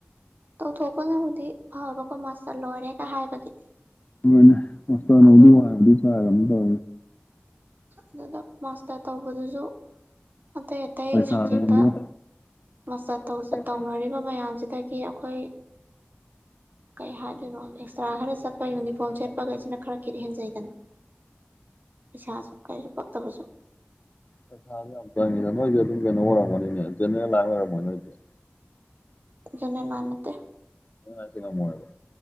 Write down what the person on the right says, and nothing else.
ꯇꯧꯊꯣꯛꯄꯅꯕꯨꯗꯤ ꯐꯕꯈꯣꯏ ꯃꯥꯁꯇꯔ ꯂꯣꯏꯔꯦꯒ ꯍꯥꯏꯕꯒꯤ
ꯑꯗꯣ
ꯑꯗꯨꯗ ꯃꯥꯁꯇ ꯇꯧꯕꯗꯨꯁꯨ ꯑꯇꯩ ꯑꯇꯩ
ꯁꯕꯖꯦꯦꯛꯛꯇ ꯃꯁ
ꯇꯧꯅꯔꯤꯕ ꯃꯌꯥꯝꯁꯤꯗꯒꯤ ꯑꯩꯈꯣꯏ ꯀꯩ ꯍꯥꯏꯗꯨꯅꯣ ꯆꯥ ꯈꯔ ꯆꯠꯄ ꯌꯨꯅꯤꯐꯣꯔꯝ ꯁꯦꯠꯄꯈꯩꯁꯤꯅ ꯈꯔ ꯈꯦꯠꯍꯦꯟꯖꯩꯒꯅ ꯄꯁ ꯁ ꯀ ꯄ ꯇꯁꯨꯣ
ꯅ ꯃꯅꯠꯇ